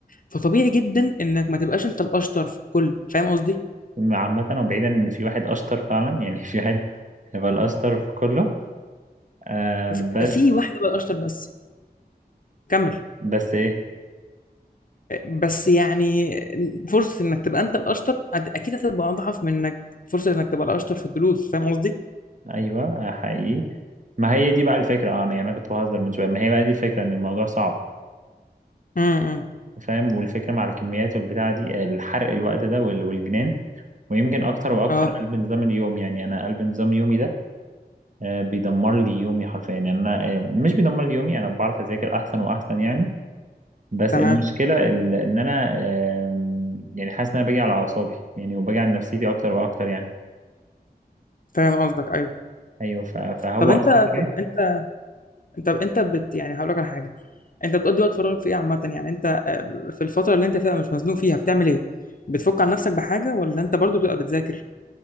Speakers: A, on the left (about 55°); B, on the right (about 50°).
A: فطبيعي جدا انك ما تبقاش انت الاشطر في الكل فاهم قصدي
B: عامة وبعيدا إن في واحد أشطر فعلا <laughs> يعني في واحد هيبقى الأشطر في كله آه
A: ف-
B: بس
A: في واحدة بقى الأشطر بس كمل
B: بس إيه
A: بس يعني فرصة إنك تبقى أنت الأشطر أد- أكيد هتبقى أضعف من إنك فرصة إنك تبقى الأشطر في الدروس فاهم قصدي؟
B: أيوه آه، حقيقي ما هي دي بقى الفكرة آه، أنا يعني أنا كنت بهزر من شوية ما هي بقى دي الفكرة إن الموضوع صعب
A: امم
B: فاهم والفكرة مع الكميات والبتاعة دي آه، الحرق الوقت ده وال- والجنان ويمكن أكتر وأكتر
A: أه
B: قلب نظام اليوم يعني أنا قلب نظام يومي ده آه، بيدمر لي يومي حرفيا يعني أنا آه، مش بيدمر لي يومي أنا بعرف أذاكر أحسن وأحسن يعني بس
A: تمام
B: المشكلة ال- إن أنا آم، يعني حاسس إن أنا باجي على أعصابي يعني وباجي على نفسيتي أكتر وأكتر يعني
A: فاهم قصدك أيوه
B: أيوه ف- فهو
A: طب أنت
B: أصلا إيه؟
A: طب أنت طب أنت بت يعني هقول لك على حاجة أنت بتقضي وقت فراغك في إيه عامة يعني أنت في الفترة اللي أنت فيها مش مزنوق فيها بتعمل إيه؟ بتفك عن نفسك بحاجة ولا أنت برضو بتبقى بتذاكر؟